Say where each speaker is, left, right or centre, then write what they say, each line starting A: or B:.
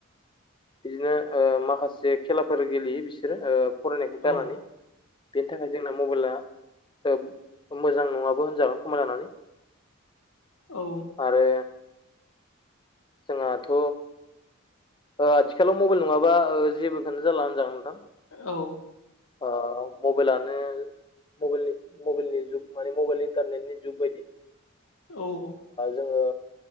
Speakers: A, on the left (about 25°); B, on the left (about 80°).
A: बिदिनो ओ माखासे खेलाफोर गेलेयो‌ बिसोरो ओ फरायनायखौ गारनानै।
B: औ
A: बेनि थाखाय जोंना मबाइला ओ मोजां नङाबो होनजागोन। ज'मा जानानै
B: औ
A: आरो जोंहाथ' ओ आथिखालाव मबाइल नङाबा ओ जेबोखौनो जाला होनजागोन नोंथां।
B: औ
A: ओ मबाइलानो बलनि मबेलनि जुग माने मबाइल इन्टारनेटनि जुग बादि
B: औ औ
A: जोङो